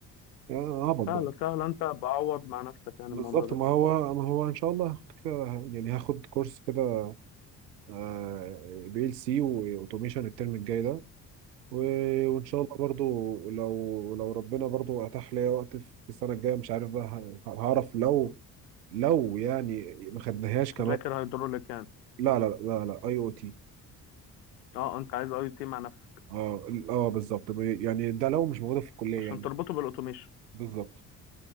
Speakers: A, on the right (about 80°); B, on the left (about 75°).
A: يا هبط بقى
B: سهلة سهلة أنت بعوض مع نفسك يعني
A: بالظبط
B: الموضوع ده
A: ما هو ما هو ان شاء الله هاخد كده يعني هاخد كورس كده آه، بي ال سي واوتوميشن الترم الجاي ده و- وان شاء الله برضو لو لو ربنا برضو اتاح ليا وقت في السنه الجايه مش عارف بقى ه- هعرف لو لو يعني ما خدناهاش كمان
B: ذاكر هيدروليك يعني
A: لا لا لا لا اي او تي
B: اه انت عايز اي تي مع نفسك
A: اه ال- اه بالظبط ب- يعني ده لو مش موجوده في الكليه
B: عشان
A: يعني
B: تربطه بالاوتوميشن
A: بالظبط